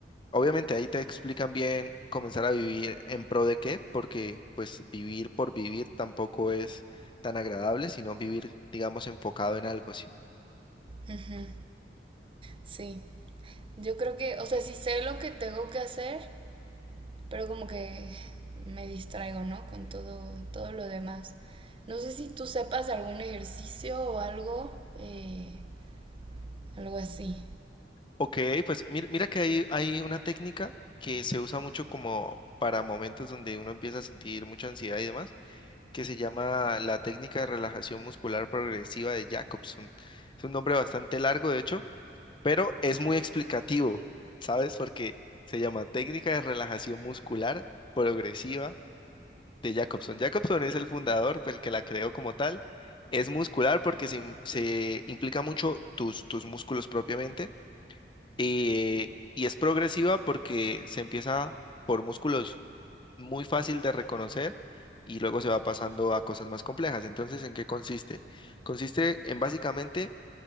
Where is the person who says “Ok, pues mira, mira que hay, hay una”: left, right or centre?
Left